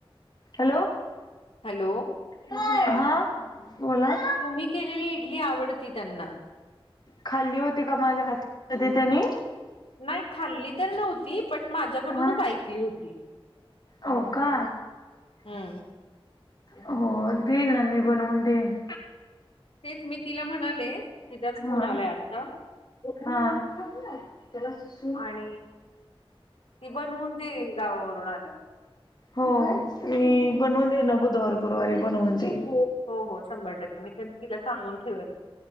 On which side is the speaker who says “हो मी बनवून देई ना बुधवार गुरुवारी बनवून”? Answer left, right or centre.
Left